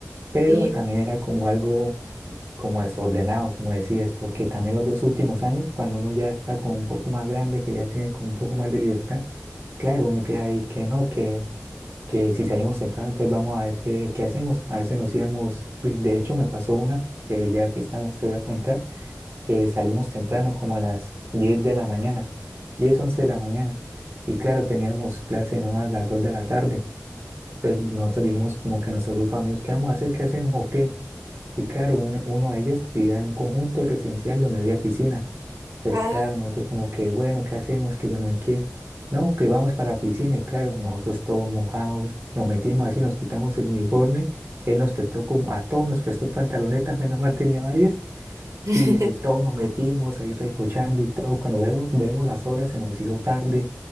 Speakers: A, on the right; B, on the right.
A: pero
B: Sí,
A: también era como algo como desordenado, como decías, porque también los dos últimos años, cuando uno ya está como un poco más grande, que ya tiene como un poco más de libertad, claro, uno empieza a decir que no, que que si salimos temprano, entonces vamos a ver qué, qué hacemos. A veces nos íbamos, pues, de hecho me pasó una, que ya que estamos te voy a contar, que salimos temprano como a las 10 de la mañana, 10 11 de la mañana. Y claro, teníamos clase nueva a las 2 de la tarde. Entonces nosotros dijimos como que nuestro grupo de amigos, ¿qué vamos a hacer? ¿Qué hacemos o qué? Y claro, un- uno de ellos vivía en un conjunto residencial donde había piscina. Entonces,
B: ah,
A: claro, nosotros como que, bueno, ¿qué hacemos? Que yo no sé qué. No, que vamos para la piscina y claro, nosotros todos mojados, nos metimos así, nos quitamos el uniforme. Él nos prestó como, a todos nos prestó pantalonetas, menos mal tenía varias.
B: <laughs>
A: Y todos nos metimos ahí recochando y todo. Cuando veo- vemos las horas, se nos hizo tarde.